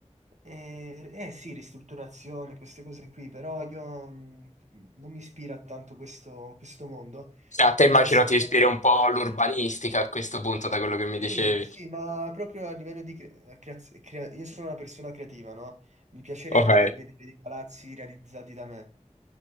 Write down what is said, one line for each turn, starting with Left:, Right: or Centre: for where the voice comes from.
Right: Eh, eh sì, ristrutturazione, queste cose qui, però io mm, non mi ispira tanto questo, questo mondo.
Left: A te
Right: Io
Left: immagino
Right: essendo
Left: ti ispiri un po' l'urbanistica a questo punto da quello che mi dicevi.
Right: sì, sì, ma proprio a livello di cre- eh, creaz- crea- io sono una persona creativa, no? Mi piacerebbe
Left: Ok.
Right: re- vedere dei palazzi realizzati da me.